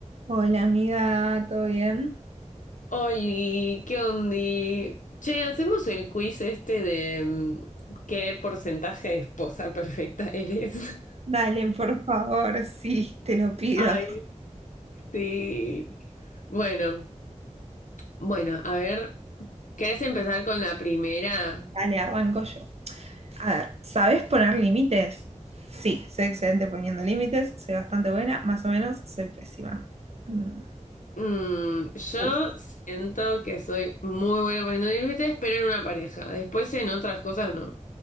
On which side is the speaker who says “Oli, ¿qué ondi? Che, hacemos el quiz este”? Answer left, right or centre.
Left